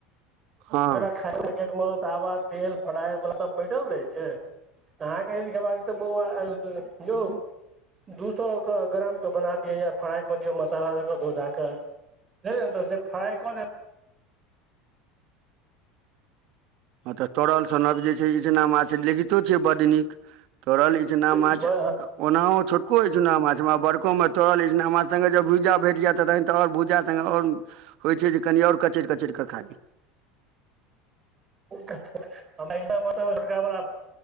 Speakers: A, on the right; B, on the right.
A: हँ
B: तकर बाद, खाय पकेट मे चावल तेल फराई सब बैठल रहे छै अहाँके जदी खेबाक तऽ बौआ एलजो जो
A: हँ
B: दू सौ क ग्राम क बना दिय या फ्राई कऽ दिअ मसाला द क धो धा क <unintelligible> ओत स फ्राय कऽ देत
A: ह तऽ तोड़ल सनक जे छै इचना माछ लेगितो छै बड नीक तोरल जेना
B: दे
A: माछ--अ- ओनाहो छोटको इचना माछ में आ बड़को मे तड़ल इचना माछ संगे जे भुइजा भेट जायत त तहन तऽ आओर भूजा सगे आओर होइ छै जे कनि आओर कचैर कचैर कऽ खाली
B: <unintelligible> एय सममे त वला